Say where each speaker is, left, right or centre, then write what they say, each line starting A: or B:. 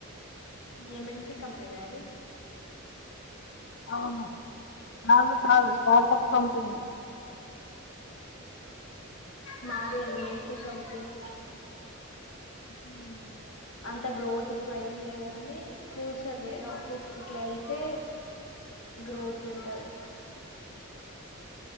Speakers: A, on the left; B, on the left.
A: ఎంఎన్‌సీ కంపెన అది
B: అవును, కాదు కాదు స్టార్టప్ కంపెనీ.
A: నాది ఎంఎన్‌సీ కంపెనీ
B: <unintelligible>
A: అంత గ్రోత్ ఇప్పుడు ఏం లేదు కాని ఫ్యూచర్ వేరే ఆఫీస్ కి ఇట్లా వెళ్తే గ్రోత్ ఉంటది